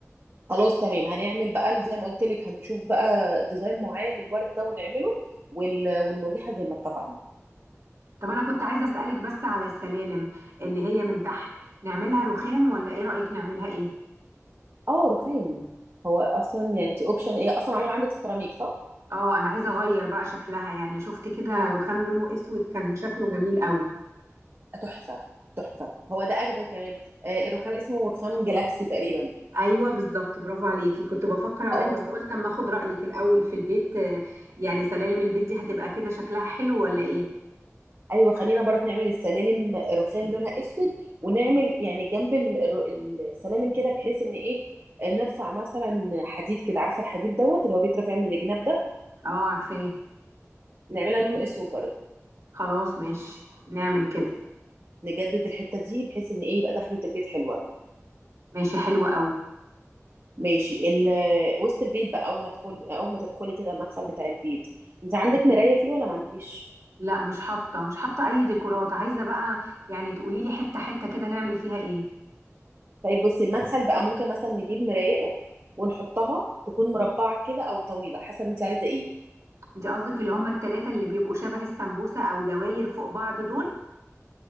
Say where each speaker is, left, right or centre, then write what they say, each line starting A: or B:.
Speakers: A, on the right; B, on the right.
A: خلاص تمام هنعمل بقى زي ما قلت لك هنشوف بقى ديزاين معين للورد ده ونعمله وال... والمرجحه زي ما اتفقنا
B: طب انا كنت عايزه اسالك بس على السلالم اللي هي من تحت نعملها رخام ولا ايه رايك نعملها ايه
A: اه رخام هو اصلا يعني انت اوبشن ايه اصلا معمول عندك سيراميك صح
B: اه انا عايزه اغير بقى شكلها يعني شفت كده رخام لونه اسود كان شكله جميل قوي
A: تحفه تحفه هو ده اجدد كمان آه الرخام اسمه رخام جالاكسي تقريبا
B: ايوه بالظبط برافو عليكي كنت بفكر اعمله
A: اه
B: بس قلت اما اخد رايك الاول في البيت آه، يعني سلالم البيت دي هتبقى كده شكلها حلو ولا ايه
A: ايوه خلينا برك نعمل السلالم رخام لونها اسود ونعمل يعني جنب ال- الر- السلالم كده بحيث ان ايه آه، نرفع مثلا حديد كده عارفه الحديد دوت اللي هو بيترفع من الجناب ده
B: اه عارفاه
A: نعملها لونه اسود برضه
B: خلاص ماشي نعمل كده
A: نجدد الحته دي بحيث ان ايه يبقى دخلة البيت حلوه
B: ماشي حلو قوي
A: ماشي ال... وسط البيت بقى اول ما تدخل اول ما تدخلي كده المدخل بتاع البيت انت عندك مرايه فيه ولا ما عندكيش
B: لا مش حاطه مش حاطه اي ديكورات عايزه بقى يعني تقولي لي حته حته كده نعمل فيها ايه
A: طيب بصي المدخل بقى ممكن مثلا نجيب مرايه ونحطها تكون مربعه كده او طويله حسب انت عايزه ايه
B: انت قصدك اللي هم التلاتة اللي بيبقوا شبه السمبوسة او دواير فوق بعض دول